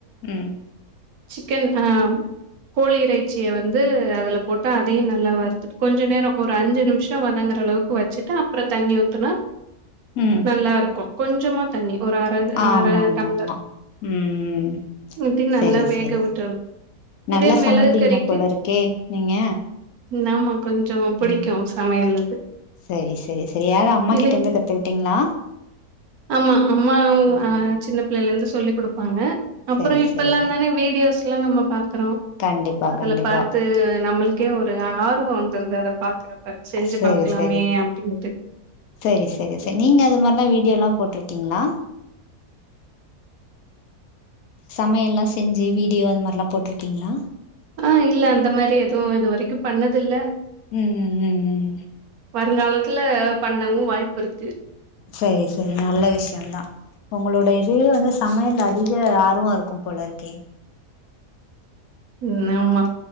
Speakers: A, on the left; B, on the right.
A: ம்
B: சிக்கன் ஆ கோழி இறைச்சிய வந்து அதுல போட்டு அதையும் நல்லா வருத்துட்டு கொஞ்ச நேரம் ஒரு அஞ்சு நிமிஷம் வதங்குற அளவுக்கு வச்சுட்டு அப்புறம் தண்ணி துன
A: ம்
B: நல்லாருக்கும். கொஞ்சமா தண்ணி ஒரு அரை
A: ஆமா
B: அரை
A: ஆமா
B: டம்ளர்
A: ஆமா ம்
B: இட்டி நல்லா
A: செரி
B: வேக
A: செரி
B: விட்டரம்
A: செரி நல்லா
B: இதே மிளகு
A: சமைப்பீங்க
B: கறிக்கு
A: போல இருக்கே நீங்க
B: நாம கொஞ்சம் பிடிக்கும்
A: ம்
B: சமையல் அது
A: செரி செரி செரி யாரு அம்மா
B: இதே
A: கிட்ட இருந்து கத்துக்கிட்டீங்களா
B: ஆமா அம்மா
A: ம்
B: ஆ சின்ன பிள்ளைல இருந்து சொல்லிக் கொடுப்பாங்க அப்புறம்
A: செரி
B: இப்பெல்லாம்
A: செரி செரி
B: தானே வீடியோஸ் எல்லாம் நம்ம பாக்குறோம்
A: கண்டிப்பா
B: அதுல
A: கண்டிப்பா
B: பார்த்து நம்மளுக் கே ஒரு ஆர்வம் வந்துருது அத பாக்குறப்ப செஞ்சு
A: செரி
B: பாக்கலாமே
A: செரி
B: அப்படின்டு
A: செரி செரி செ நீங்க அது மாதி மாரெல்லாம் வீடியோ யெல்லாம் போட்டிருக்கீங்களா? சமையல்லாம் செஞ்சு வீடியோ அது மாரெல்லாம் போட்டிருக்கீங்களா?
B: ஆ இல்ல அந்த மாரி எதுவும் இது வரைக்கும் பண்ணது இல்ல
A: ம் ம் ம்
B: <unintelligible> பண்ணவும் வாய்ப்பு இருக்கு
A: சரி சரி நல்ல விஷயம்தான் உங்களோட இதுவே வந்து சமையல் அதிக ஆர்வம் இருக்கும் போல இருக்கே
B: <unintelligible> ஆமா